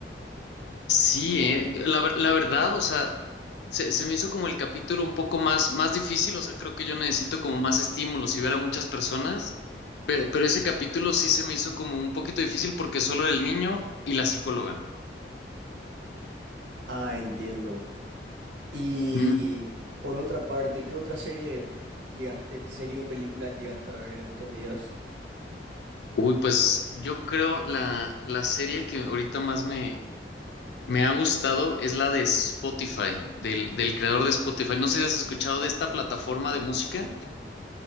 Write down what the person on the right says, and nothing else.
Ah, entiendo. Y
por otra parte, ¿qué otra serie llegaste, serie o películas llegaste a ver en estos días?